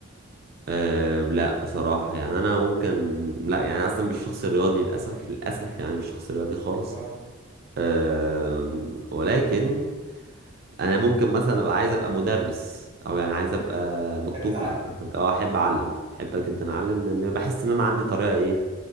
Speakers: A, on the right; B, on the right.
A: آه لا بصراحة يعني انا ممكن لا يعني أنا اصلا مش شخص رياضي للاسف للاسف يعني مش شخص رياضي خالص
B: اه
A: آه ولكن انا ممكن مثلا ابقى عايز ابقى مدرس او يعني عايز ابقى دكتور
B: تحب تعلم
A: مثلا او احب اعلم احب جدا اعلم لان بحس ان انا عندي طريقة ايه